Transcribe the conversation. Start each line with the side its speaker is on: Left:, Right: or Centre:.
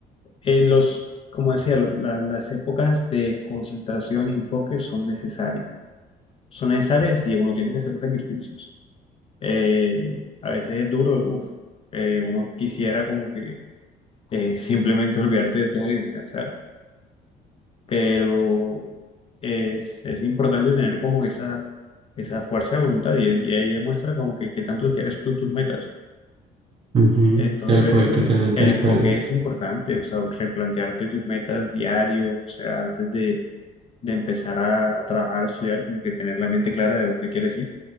Left: Eh, los, como decía, lo- la- las épocas de concentración y enfoque son necesarias. Son necesarias y uno tiene que hacer sacrificios. Eh, a veces es duro, uf, eh, uno quisiera como que eh, simplemente olvidarse de todo y descansar, pero es, es importante tener como esa, esa fuerza de voluntad y, y ahí demuestra como que, que tanto quieres tú tus metas
Right: Ujú,
Left: Entonces,
Right: Tal cual, totalmente
Left: el
Right: de
Left: enfoque
Right: acuerdo.
Left: es importante, o sea, replantearte tus metas diario, o sea, antes de, de empezar a, a trabajar, a estudiar, como que tener la mente clara de dónde quieres ir.